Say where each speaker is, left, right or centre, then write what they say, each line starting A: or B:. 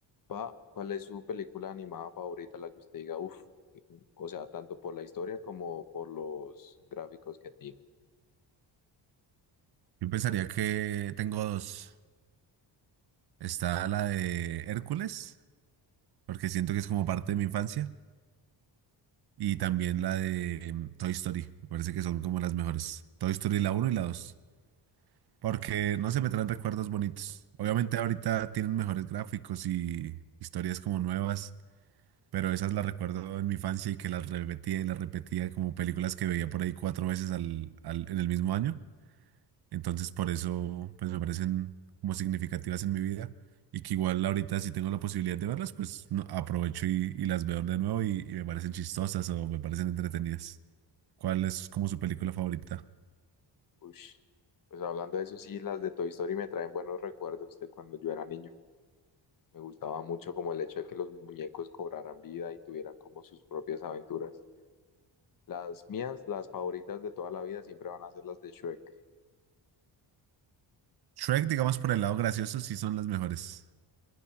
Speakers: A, on the left (about 45°); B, on the right (about 55°).
A: Pa, ¿cuál es su película animada favorita, la que usted diga, uff, o sea, tanto por la historia como por los gráficos que tiene?
B: Yo pensaría que tengo dos. Está la de Hércules, porque siento que es como parte de mi infancia, y también la de em, Toy Story. Me parece que son como las mejores. Toy Story la uno y la dos Porque no se me traen recuerdos bonitos. Obviamente ahorita tienen mejores gráficos y historias como nuevas, pero esas las recuerdo en mi infancia y que las repetía y las repetía como películas que veía por ahí cuatro veces al, al- en el mismo año. Entonces, por eso, pues me parecen como significativas en mi vida y que igual ahorita si tengo la posibilidad de verlas, pues no- aprovecho y, y las veo de nuevo y, y me parecen chistosas o me parecen entretenidas. ¿Cuál es como su película favorita?
A: Ush. Pues hablando de eso, sí, las de Toy Story me traen buenos recuerdos de cuando yo era niño. Me gustaba mucho como el hecho de que los muñecos cobraran vida y tuvieran como sus propias aventuras. Las mías, las favoritas de toda la vida, siempre van a ser las de Shrek.
B: Shrek, digamos, por el lado gracioso, sí son las mejores.